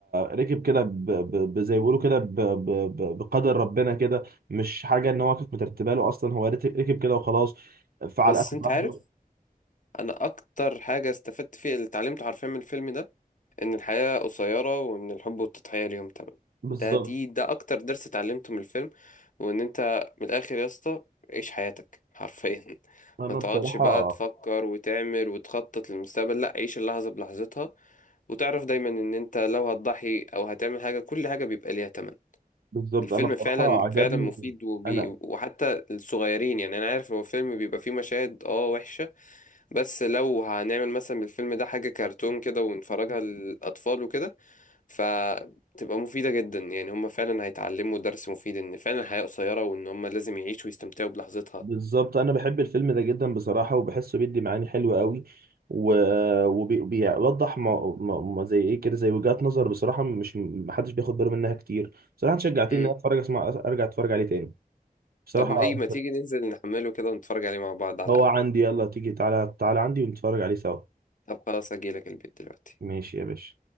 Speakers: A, on the right; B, on the left.
A: ركب كده ب- ب- ب- زي ما بيقولوا كده ب- ب- ب- بقدر ربنا كده مش حاجه ان هو كانت مترتبه له اصلا هو رت- ركب كده وخلاص فعلى
B: بس
A: اخر
B: انت
A: لحظه
B: عارف انا اكتر حاجه استفدت فيها اللي اتعلمته حرفيا من الفيلم ده ان الحياة قصيرة وان الحب والتضحية ليهم تمن
A: بالظبط
B: ده دي ده اكتر درس اتعلمته من الفيلم وان انت من الاخر يا اسطى عيش حياتك حرفيا
A: انا
B: ما تقعدش
A: بصراحه
B: بقى تفكر وتعمل وتخطط للمستقبل لا عيش اللحظة بلحظتها وتعرف دايما ان انت لو هتضحي او هتعمل حاجة كل حاجة بيبقى ليها تمن
A: بالظبط
B: الفيلم
A: انا بصراحه
B: فعلا
A: عجبني
B: فعلا مفيد وبي...
A: انا
B: وحتى الصغيرين يعني انا عارف هو فيلم بيبقى فيه مشاهد اه وحشة بس لو هنعمل مثلا بالفيلم ده حاجة كرتون كده ونفرجها للاطفال وكده فتبقى مفيدة جدا يعني هم فعلا هيتعلموا درس مفيد ان فعلا الحياة قصيرة وان هم لازم يعيشوا ويستمتعوا بلحظتها
A: بالظبط انا بحب الفيلم ده جدا بصراحه وبحسه بيدي معاني حلوه قوي وبيوضح ما ما ما زي ايه كده زي وجهات نظر بصراحه مش محدش بياخد باله منها كتير بصراحه أنت شجعتني
B: مم.
A: ان انا اتفرج اسمع ارجع اتفرج عليه تاني بصراحه
B: طب ايه ما تيجي ننزل نحمله كده ونتفرج عليه مع بعض على
A: هو
B: القهوة
A: عندي يلا تيجي تعالى تعالى عندي ونتفرج عليه سوا
B: طب خلاص اجيلك البيت دلوقتي
A: ماشي يا باشا